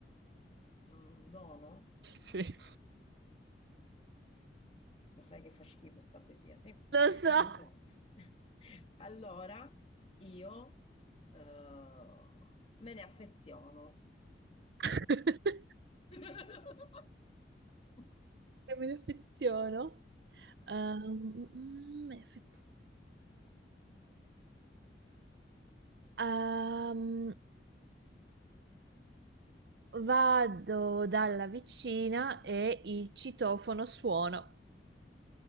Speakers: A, on the left (about 35°); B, on the right (about 70°).
A: Se è un dono,
B: Sì.
A: lo sai che fa schifo sta poesia, sì?
B: Lo so,
A: Allora, <laughs> allora io eh, me ne affeziono.
B: <laughs>
A: <laughs>
B: che me ne affeziono. Ehm, mm, me ne affeziono. Ehm, vado dalla vicina e il citofono suono.